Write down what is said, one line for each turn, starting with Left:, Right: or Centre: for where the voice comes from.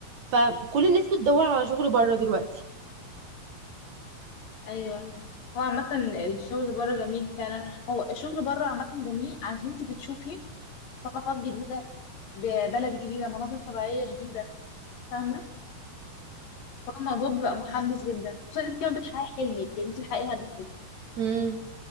Right: فكل الناس بتدور على شغل بره دلوقتي
Left: ايوه هو عامة الشغل بره جميل فعلا هو الشغل بره عامة جميل عشان انتي بتشوفي ثقافات جديدة ببلد جديدة مناظر طبيعية جديدة فاهمة هو الموضوع بيبقى محمس جدا خصوصا انت كمان بتحققي حلمك يعني انت بتحققي هدفك
Right: امم